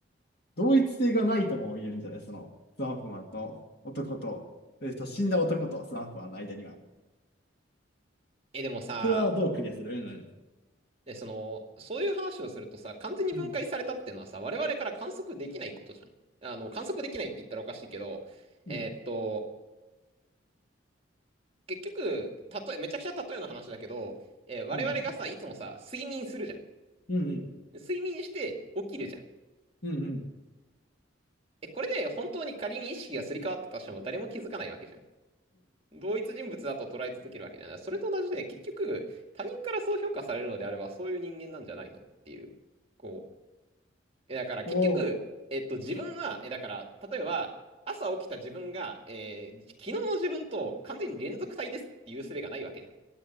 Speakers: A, on the left; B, on the right.
A: 同一性がないとも言えるんじゃないその、スワンプマンと男と、えっと、死んだ男とスワンプマンの間には。
B: え、でもさ、
A: それはどうクリアするうん
B: え、その、そういう話をするとさ、完全に分解されたっていうのはさ、
A: うん。
B: 我々から観測できないことじゃん。あの、観測できないって言ったらおかしいけど、
A: うんうん。
B: えーっと、結局、たとえ、めちゃくちゃ例えの話だけど、えー我々がさ、
A: うんうん。
B: いつもさ、睡眠するじゃん。
A: うんうん。
B: 睡眠して起きるじゃん。
A: うんうん。
B: え、これで本当に仮に意識がすり替わったとしても誰も気づかないわけじゃん。同一人物だと捉え続けるわけじゃない。それと同じで、結局、他人からそう評価されるのであれば、そういう人間なんじゃないのっていう。こう。え、だから結局、
A: おお、
B: えっと、自分は、え、だから、例えば、朝起きた自分が、えー昨日の自分と完全に連続体ですっていう術がないわけじゃん。